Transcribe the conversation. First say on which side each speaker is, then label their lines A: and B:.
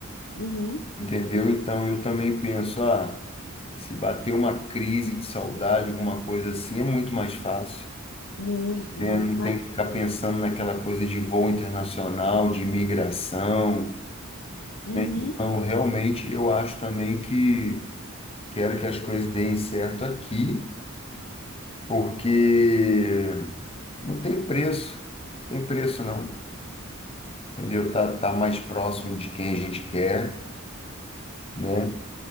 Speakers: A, on the left (about 80°); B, on the left (about 25°).
A: uhum,
B: entendeu? Então eu também penso, ah, se bater uma crise de saudade, alguma coisa assim, é muito mais fácil.
A: muito,
B: né?
A: muito,
B: Não
A: mas
B: tem que ficar pensando naquela coisa de voo internacional, de imigração.
A: uhum,
B: Então, realmente, eu acho também que quero que as coisas deem certo aqui, porque não tem preço, não tem preço não. entendeu? Tá, tá mais próximo de quem a gente quer, né?